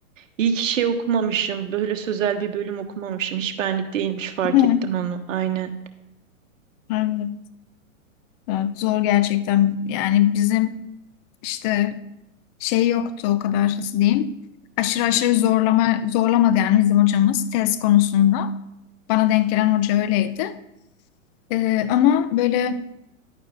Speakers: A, on the right; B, on the left.
A: İyi ki şey okumamışım. Böyle sözel bir bölüm okumamışım. Hiç benlik değilmiş fark
B: Değil
A: ettim
B: mi?
A: onu. Aynen.
B: Evet, evet, zor gerçekten. Yani bizim işte şey yoktu o kadar nasıl diyeyim. Aşırı aşırı zorlama zorlamadı yani bizim hocamız tez konusunda. Bana denk gelen hoca öyleydi. Ee, ama böyle